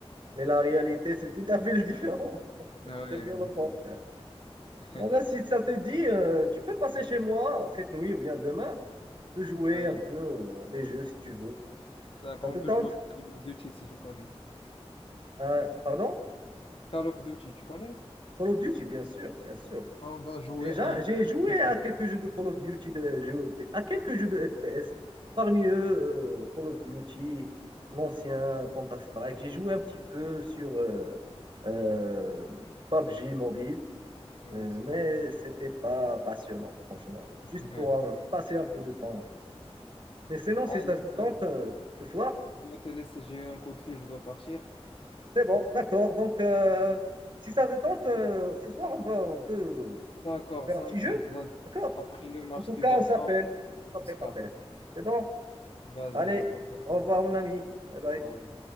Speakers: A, on the right; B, on the left.
A: Mais la réalité, c'est tout à fait le différent. <laughs>
B: Ah ouais,
A: C'est bien
B: euh,
A: le
B: ouais,
A: contraire.
B: aussi. <laughs>
A: Ah ben, si ça te dit, euh, tu peux passer chez moi cette nuit ou bien demain. Tu peux jouer
B: Oui.
A: un peu euh, à des jeux si tu veux.
B: D'accord,
A: Ça
B: on
A: te
B: peut
A: tente?
B: jouer à Call of Duty si tu connais.
A: Euh, pardon?
B: Call of Duty, tu connais?
A: Call of Duty, bien sûr, bien sûr.
B: On va jouer
A: Déjà,
B: un,
A: j'ai
B: v
A: joué
B: un contre.
A: à quelques jeux de Call of Duty, de- jeux- de- à quelques jeux de FPS. Parmi eux, euh, Call of Duty, l'ancien Counter-Strike. J'ai
B: Oui,
A: joué un petit peu sur euh, euh, PUBG Mobile.
B: oui,
A: Euh,
B: c'est
A: mais
B: pas mal.
A: c'était pas passionnant, franchement.
B: <laughs>
A: Juste
B: Oui.
A: pour euh, passer un peu de temps. Mais sinon,
B: Allez,
A: si ça se
B: mon
A: tente
B: ami,
A: euh, ce soir,
B: je dois te laisser, j'ai eu un coup de fil, je dois partir.
A: c'est bon, d'accord. Donc, euh, si ça se tente euh, ce soir, on va, on peut
B: D'accord,
A: faire
B: ça
A: un petit
B: me tente,
A: jeu,
B: vas-y.
A: d'accord?
B: Après le match
A: En tout
B: du
A: cas,
B: Barça,
A: on s'appelle. On s'appelle
B: on se capte.
A: par téléphone. C'est bon?
B: Vas-y,
A: Allez,
B: allez, au revoir.
A: au revoir, mon ami. Bye bye.
B: Au revoir.